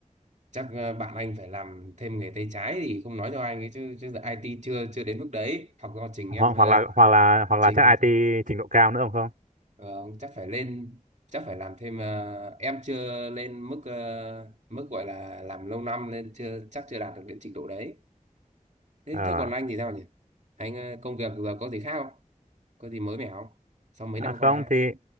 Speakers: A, on the right; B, on the right.
A: chắc ờ, bạn anh phải làm thêm nghề tay trái thì không nói cho anh ấy chứ chứ giờ IT chưa chưa đến mức đấy học do trình
B: hoặc
A: em ờ,
B: hoặc là hoặc là hoặc là
A: trình
B: chắc IT trình độ cao nữa không không
A: Ờ, chắc phải lên chắc phải làm thêm ờ, em chưa lên mức ờ, mức gọi là làm lâu năm nên chưa chắc chưa đạt được đến trình độ đấy thế
B: Ờ
A: thế còn anh thì sao nhỉ anh ờ, công việc giờ có gì khác không có gì mới mẻ không sau mấy
B: À
A: năm
B: không
A: qua ấy.
B: thì